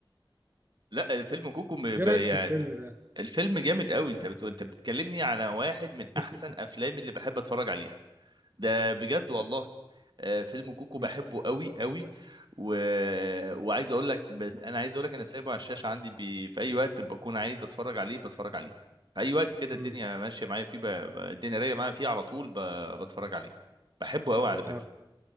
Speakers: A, on the right; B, on the right.
A: لا الفيلم كوكو م-
B: ايه
A: ب-
B: رايك
A: يعني
B: في الفيلم ده
A: الفيلم جامد قوي انت بت... انت بتتكلمني على واحد من
B: <laughs>
A: احسن افلام اللي بحب اتفرج عليها ده بجد والله آه، فيلم كوكو
B: مم،
A: بحبه قوي قوي و... وعايز اقول لك بس انا عايز اقول لك انا سايبه على الشاشه عندي ب... في اي وقت بكون عايز اتفرج عليه بتفرج عليه في اي وقت كده
B: مم،
A: الدنيا ماشيه معايا فيه ب... ب- الدنيا رايقه معايا فيه على طول ب... بتفرج عليه بحبه قوي على فكره
B: اه